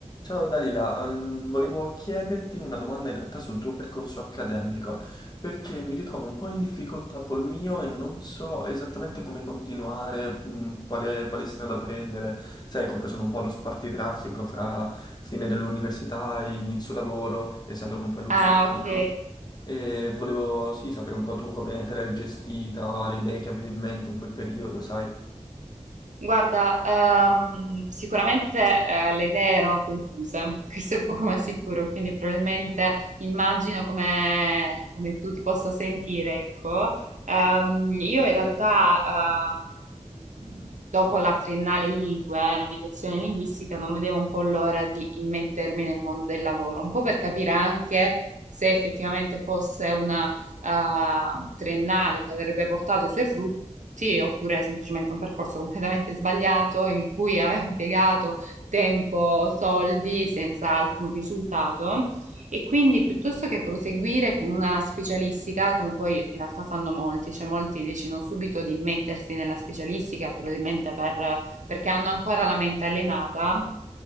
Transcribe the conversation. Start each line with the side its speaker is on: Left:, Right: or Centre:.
Left: Ciao Dalila, ehm, volevo chiederti una domanda in realtà sul tuo percorso accademico, perché mi ritrovo un po' in difficoltà col mio e non so esattamente come continuare, mh, quale, quale strada prendere. Sai, comunque sono un po' allo spartitraffico fra fine dell'università e inizio lavoro, essendo comunque l'ultimo
Right: Ah, ok.
Left: anno. E volevo sì, sapere un po' tu come te l'hai gestita, le idee che avevi in mente in quel periodo, sai.
Right: Guarda, ehm, sicuramente eh, le idee erano confuse, <laughs> questo è poco ma sicuro, quindi probabilmente immagino come, come tu ti possa sentire, ecco. Ehm, io in realtà, ehm, dopo la triennale in lingue, eh, la mediazione linguistica, non vedevo un po' l'ora di immettermi nel mondo del lavoro, un po' per capire anche se effettivamente fosse eh, triennale che avrebbe portato i suoi frutti, oppure semplicemente un percorso completamente sbagliato in cui aveva <laughs> impiegato tempo, soldi senza alcun risultato. E quindi piuttosto che proseguire con una specialistica, come poi in realtà fanno molti, cioè molti decidono subito di mettersi nella specialistica, probabilmente per- perché hanno ancora la mente allenata,